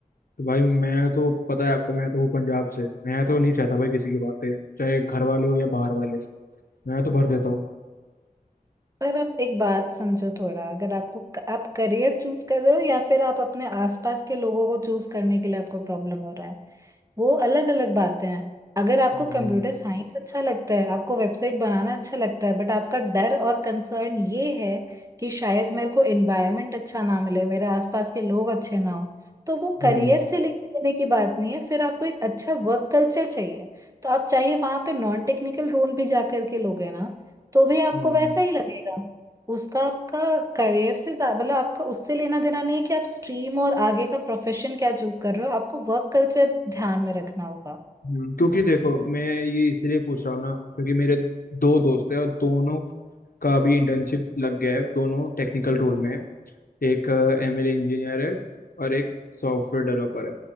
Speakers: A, on the left (about 70°); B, on the right (about 20°).
A: तो भाई मैं तो पता है आपको मैं तो हूँ पंजाब से मैं तो नहीं सहता भाई किसी की बातें चाहे घर वाले हो या बाहर वाले मैं तो भर देता हूँ
B: पर आप एक बात समझो थोड़ा अगर आपको आप करियर चूज कर रहे हो या फिर आप अपने आसपास के लोगों को चूज करने के लिए आपको प्रॉब्लम हो रहा है वो अलग अलग बातें हैं अगर आपको
A: हम्म
B: कंप्यूटर साइंस अच्छा लगता है आपको वेबसाइट बनाना अच्छा लगता है बट आपका डर और कंसर्न ये है कि शायद मेरे को एनवायरनमेंट अच्छा ना मिले मेरे आसपास के लोग अच्छे ना हो तो वो
A: हम्म
B: करियर से लेकर देने की बात नहीं है फिर आपको एक अच्छा वर्क कल्चर चाहिए तो आप चाहिए वहां पे नॉन टेक्निकल रोल भी जा करके लोगे ना तो भी आपको
A: हम्म।
B: वैसा ही लगेगा उसका आपका करियर से ज्या- मतलब आपका उससे लेना देना नहीं है कि आप स्ट्रीम और आगे का प्रोफेशन क्या चूज कर रहे हो आपको वर्क कल्चर ध्यान में रखना होगा
A: हम्म, क्योंकि देखो मैं ये इसलिए पूछ रहा हूँ ना क्योंकि मेरे दो दोस्त हैं और दोनों का भी इंटर्नशिप लग गया है दोनों टेक्निकल रोल में हैं। एक एमएल इंजीनियर है और एक सॉफ्टवेयर डेवलपर है